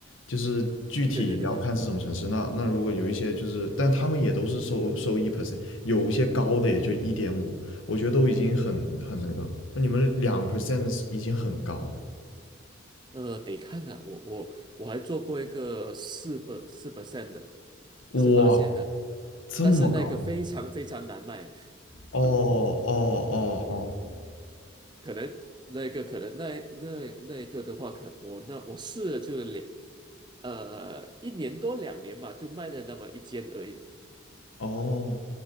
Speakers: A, on the left; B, on the right.
A: 就是具体也要看是什么城市。
B: 对对对对对，
A: 那那如果有一些就是，但他们也都是收收一 percent，有一些高的也就一点五，我觉得都已经很很那个那你们两 percent 已经很高了，
B: 呃，得看啊，我我我还做过一个四百四 percent 的，
A: 哇，
B: 四八线的，
A: 这么高吗？
B: 但是那个非常非常难卖。
A: 哦哦哦
B: 可能那一个可能那那那一个的话，可我那我试了就是两呃一年多两年吧，就卖了那么一间而已。
A: 哦哦，